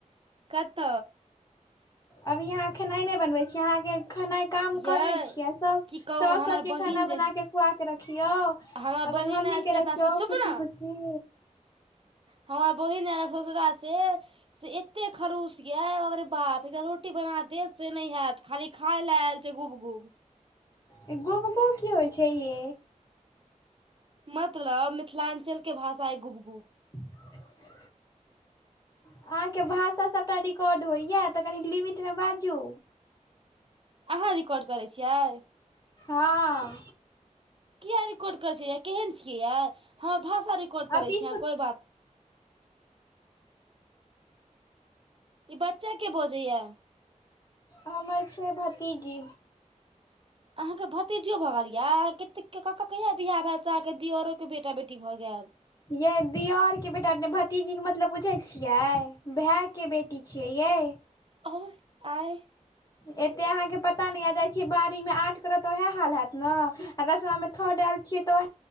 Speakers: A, on the right; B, on the left.
A: कत?
B: अभी अहाँ खेनाइ नै बनबै छी अहाँके खनाइ काम करै
A: यै
B: छियै, सब
A: की कहू
B: साउस
A: हमर
B: सबके
A: बहिन
B: खाना बनाके
A: जे
B: खुआके रखियौ।
A: हमर
B: अपन
A: बहिन
B: मम्मीके
A: आयल छै
B: रखियौ
A: अपना स सुनू
B: खुशी खुशी।
A: हमर बहिन आएला सौसरा से से एतेक खड़ूस यै बाप रे बाप, एकटा रोटी बना देत से नै हैत। खाली खाइले ऐल छै गुब गुब।
B: ई गुब गुब की होइ छै यै।
A: मतलब मिथिलांञ्चल के भाषा ए गुब-गुब।
B: <unintelligible> अहाँके भाषा सबटा रिकॉर्ड होइया तऽ कनि लिमिट मे बाजू।
A: अहाँ रिकॉर्ड करय छियै?
B: हां।
A: किए रिकॉर्ड करे छीयै यै? केहेन छियै यै? हमर भाषा रिकॉर्ड करे
B: अति
A: छीयै अहाँ कोई बात ई बच्चा के बजैया?
B: हमर छीयै भतीजी।
A: अहाँके भतीज यौ भऽ गेल यै अहाँ कतेक के <unintelligible> कहिया बियाह भेल से अहाँके दियरो के बेटा-बेटी भऽ गेल।
B: यै दियर के बेटा नै भतीजी के मतलब बूझै छिये? भै के बेट टी छियै यै।
A: औ ए
B: उं एते अहाँ के पता नै यै जाय छीेयै बारवीं में आठ करत त उहै हाल हैत नै आ दसवा में थर्ड ऐल छीये तऽ ओहे